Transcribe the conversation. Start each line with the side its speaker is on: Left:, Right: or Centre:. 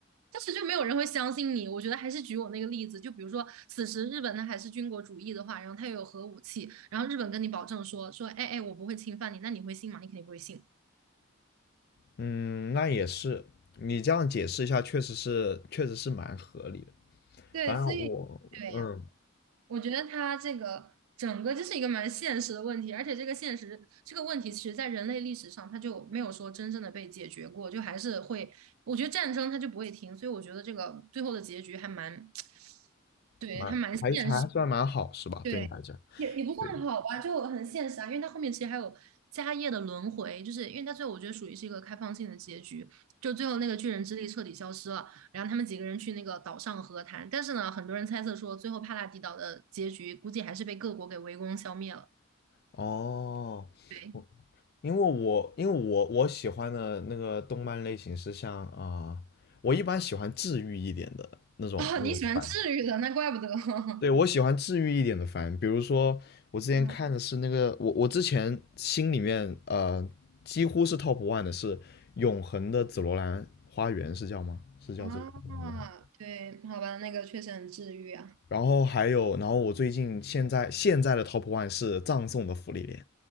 Right: 但是就没有人会相信你。我觉得还是举我那个例子，就比如说，此时日本它还是军国主义的话，然后它又有核武器，然后日本跟你保证说说，哎哎，我不会侵犯你，那你会信吗？你肯定不会信。
Left: 嗯，那也是，你这样解释一下，确实是，确实是蛮合理的。
Right: 对，
Left: 反正我，
Right: 所以。对呀。
Left: 嗯，
Right: 我觉得它这个整个就是一个蛮现实的问题，而且这个现实这个问题，其实在人类历史上它就没有说真正的被解决过，就还是会，我觉得战争它就不会停，所以我觉得这个最后的结局还蛮，<tsk> 对，
Left: 蛮还还算蛮好，
Right: 还蛮现实
Left: 是吧？
Right: 对，
Left: 对你来讲，
Right: 也也不算好吧，
Left: 对，
Right: 就很现实啊，因为它后面其实还有家业的轮回，就是因为它最后我觉得属于是一个开放性的结局，就最后那个巨人之力彻底消失了，然后他们几个人去那个岛上和谈，但是呢，很多人猜测说最后帕拉迪岛的结局估计还是被各国给围攻消灭了。
Left: 哦，
Right: 对，
Left: 我因为我因为我我喜欢的那个动漫类型是像啊、我一般喜欢治愈一点的那种那种番
Right: 哦，你喜欢治愈的，那怪不得。<laughs>
Left: 对，我喜欢治愈一点的番，比如说我之前看的是那个，
Right: 嗯
Left: 我我之前心里面呃几乎是 top one 的是《永恒的紫罗兰花园》，是叫吗？是叫这个吗我忘了。
Right: 啊，对，好吧，那个确实很治愈啊。
Left: 然后还有，然后我最近现在现在的 top one 是《葬送的芙莉莲》，